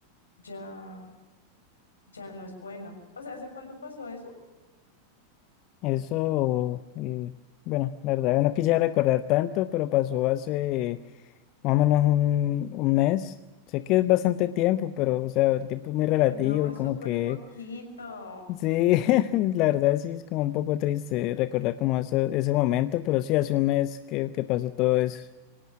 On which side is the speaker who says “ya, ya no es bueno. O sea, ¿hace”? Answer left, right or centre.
Left